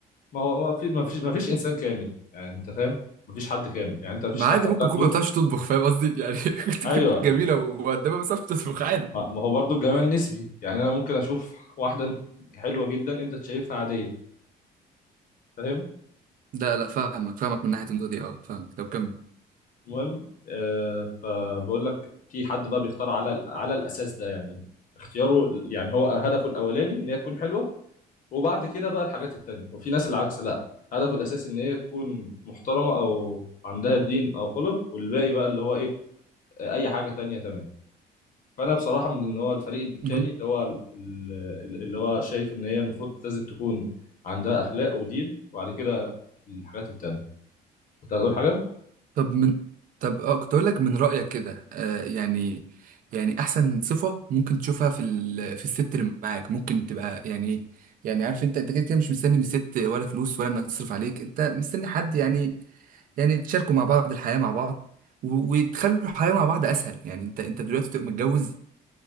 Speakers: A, on the left (about 50°); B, on the right (about 55°).
A: ما هو ما في ما فيش ما فيش انسان كامل يعني انت فاهم ما فيش حد كامل يعني انت ما فيش
B: ما
A: حد
B: عادي
A: هتاخده
B: ممكن تكون ما بتعرفش تطبخ فاهم قصدي يعني <laughs> ممكن تكون
A: ايوه
B: جميله ومؤدبه بس ما بتعرفش تطبخ عادي
A: ما ما هو برضو الجمال نسبي يعني انا ممكن اشوف واحده حلوه جدا انت شايفها عاديه فاهم
B: لا لا فاهمك فاهمك من ناحيه النقطه دي اه فاهمك طب كمل
A: المهم آه فبقول لك في حد بقى بيختار على على الاساس ده يعني اختياره يعني هو هدفه الاولاني ان هي تكون حلوه وبعد كده بقى الحاجات التانية وفي ناس العكس لا هدفه الاساسي ان هي تكون محترمه او عندها دين او خلق والباقي بقى اللي هو ايه آه، اي حاجه تانية تمام فانا بصراحه من اللي هو الفريق التاني
B: من-
A: اللي هو ال- ال- اللي هو شايف ان هي المفروض لازم تكون عندها اخلاق ودين وبعد كده الحاجات التانيه كنت هتقول حاجه
B: طب من طب اه كنت اقول لك من رايك كده آه يعني يعني احسن صفه ممكن تشوفها في ال... في الست اللي معاك ممكن تبقى يعني ايه يعني عارف انت انت كده كده مش مستني من الست ولا فلوس ولا انها تصرف عليك انت مستني حد يعني يعني تشاركوا مع بعض الحياه مع بعض و- وتخلوا الحياه مع بعض اسهل يعني انت انت دلوقتي بتبقى متجوز